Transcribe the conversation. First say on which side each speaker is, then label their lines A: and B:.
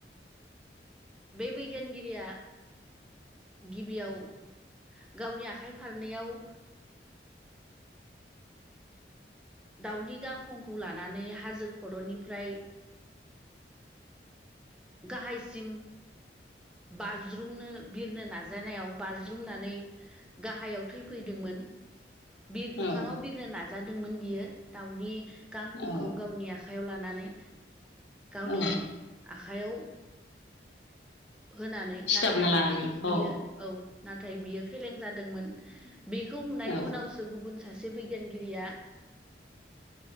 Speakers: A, in the centre; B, on the left (about 85°).
A: बे बैगियानगिरिया गिबियाव गावनि आखाइ फारनैयाव दाउनि गांखंखौ लानानै हाजो खर'निफ्राय गाहायसिम बाज्रुमनो बिरनो नाजानायाव बाज्रुमनानै गाहायाव थैफैदोंमोन बिर अख्राङाव
B: औ
A: बिरनो नाजादोंमोन बियो दाउनि गांखंखौ
B: औ
A: गावनि आ खाइयाव लानानै गावनि
B: औ
A: आखाइयाव होनानै
B: सिथाबना
A: नाथाय
B: लानानै
A: बियो
B: औ
A: औ नाथाय बियो फेलें जादोंमोन बेखौ नुनायनि
B: औ
A: उनाव सो‌ गुबुन सासे बिगियानगिरिया